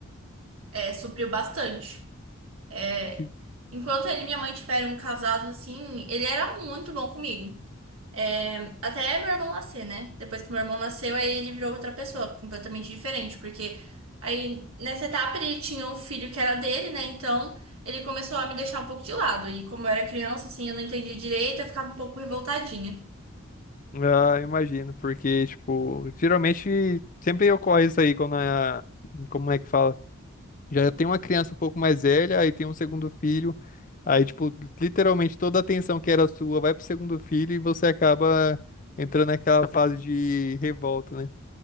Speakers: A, on the right; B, on the left.
A: É, supriu bastante. É,
B: Que,
A: enquanto ele e minha mãe tiveram casados, assim, ele era muito bom comigo. É, até meu irmão nascer, né? Depois que meu irmão nasceu, aí ele virou outra pessoa, completamente diferente, porque aí nessa etapa ele tinha um filho que era dele, né? Então ele começou a me deixar um pouco de lado. E como eu era criança, assim, eu não entendia direito, eu ficava um pouco revoltadinha.
B: ah, imagino, porque, tipo, geralmente sempre ocorre isso aí quando a, como é que fala? Já tem uma criança um pouco mais velha, aí tem um segundo filho. Aí, tipo, literalmente toda a atenção que era sua vai pro segundo filho e você acaba entrando naquela fase de revolta, né?